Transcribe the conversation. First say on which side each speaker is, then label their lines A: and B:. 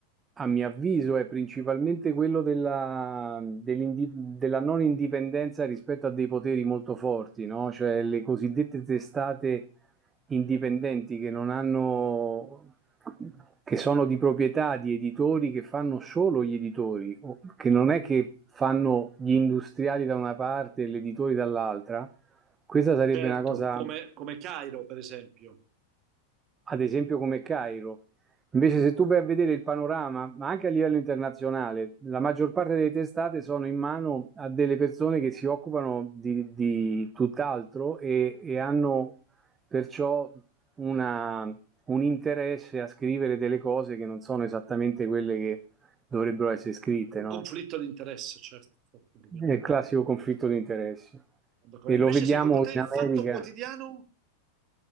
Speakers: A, on the right; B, on the right.
A: a mio avviso, è principalmente quello della, dell'indi- della non indipendenza rispetto a dei poteri molto forti, no? Cioè le cosiddette testate indipendenti che non hanno che sono di proprietà di editori che fanno solo gli editori, o- che non è che fanno gli industriali da una parte e gli editori dall'altra, questa sarebbe
B: Certo,
A: una cosa
B: come, come Cairo, per esempio.
A: ad esempio come Cairo. Invece se tu vai a vedere il panorama, ma anche a livello internazionale, la maggior parte delle testate sono in mano a delle persone che si occupano di, di tutt'altro e, e hanno perciò una- un interesse a scrivere delle cose che non sono esattamente quelle che dovrebbero essere scritte,
B: Un
A: no?
B: conflitto di interesse, certo, certo, ovviamente,
A: È il classico
B: sono d'accordo
A: conflitto
B: con te.
A: di interessi.
B: Sono d'accordo.
A: E lo
B: Invece,
A: vediamo
B: secondo te,
A: in
B: il
A: America.
B: fatto quotidiano,